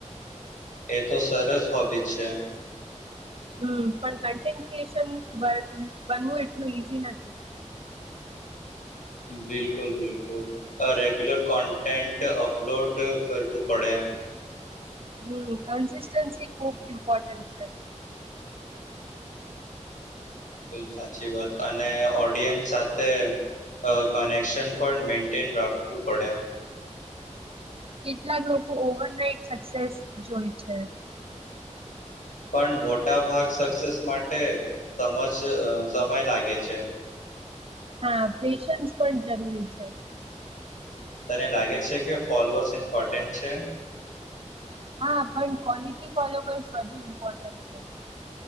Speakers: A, on the left (about 85°); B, on the right (about 50°).
A: એ તો સરસ હોબી છે.
B: હમ પણ કન્ટેન્સશન બનવું એટલું ઈઝી નથી,
A: બિલકુલ બિલકુલ, રેગ્યુલર કોન્ટેન્ટ અપલોડ કરવું પડે.
B: હમ કન્સિસ્ટન્સી ખુબ ઇમ્પોર્ટન્ટ છે.
A: બિલકુલ સાચી વાત અને ઓડિયન્સ સાથે કનેક્શન પણ મેન્ટેન રાખવું પડે.
B: કેટલાક લોકો ઓવરનાઈટ સક્સેસ જોઈ છે,
A: પણ મોટા ભાગ સક્સેસ માટે સમજ સમય લાગે છે,
B: હા, પેશન્સ પણ જરૂરી છે,
A: તને લાગે છે, કે ફોલોઅર્સ ઇમ્પોર્ટન્ટ છે,
B: હા, પણ ક્વોલિટી ફલોબર્સ વધુ ઇમ્પોર્ટન્ટ છે,